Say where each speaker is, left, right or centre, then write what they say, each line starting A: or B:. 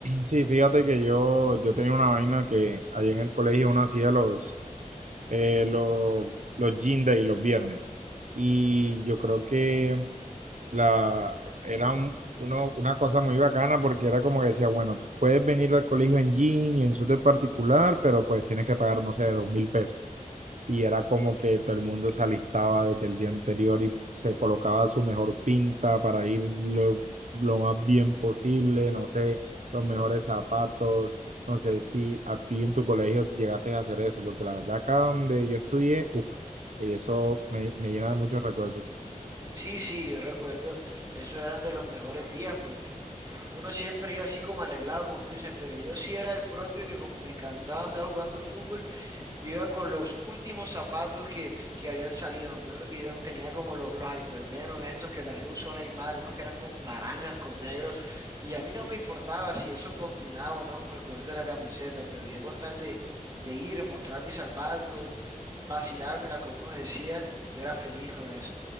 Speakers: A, on the right (about 60°); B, on the right (about 25°).
A: Sí, fíjate que yo, yo tenía una vaina que allá en el colegio uno hacía los, eh, los, los gym day los viernes. Y yo creo que la, era un- uno- una cosa muy bacana porque era como que decía, bueno, puedes venir al colegio en jean y en suéter particular, pero pues tienes que pagar, no sé, dos mil pesos. y era como que todo el mundo se alistaba desde el día anterior y se colocaba su mejor pinta para ir lo, lo más bien posible, no sé, los mejores zapatos, no sé si a ti en tu colegio llegaste a hacer eso, porque la verdad acá donde yo estudié, uff, eso me, me llena de muchos recuerdos.
B: Sí, sí, yo recuerdo, esos eran de los mejores días porque... Uno siempre iba así como arreglado, como tú dices, pero yo sí era el propio que como me encantaba andar jugando fútbol, yo iba con los últimos zapatos que, que habían salido. Me acuerdo que yo tenía como lo- los Hypervenom estos que también usó Neymar, unos que eran como naranjas con negros, y a mí no me importaba si eso combinaba o no con el color de la camiseta, pero yo con tal de, de ir, mostrar mis zapatos, vacilármela como uno decía, yo era feliz con eso.